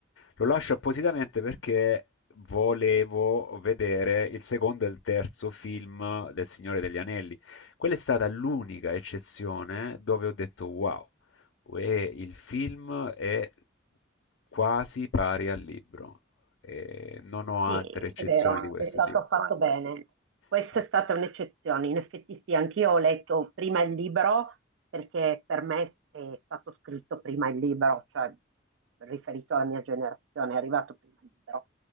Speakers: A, on the left; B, on the right.
A: Lo lascio appositamente perché volevo vedere il secondo e il terzo film del Signore degli Anelli. Quella è stata l'unica eccezione dove ho detto: "Wow, e il film è quasi pari al libro". E non ho altre
B: Sì,
A: eccezioni
B: è vero,
A: di questo
B: è stato
A: tipo.
B: fatto bene. Questa
A: Sì.
B: è stata un'eccezione. In effetti sì, anch'io ho letto prima il libro perché per me è stato scritto prima il libro, cioè riferito alla mia generazione, è arrivato prima il libro.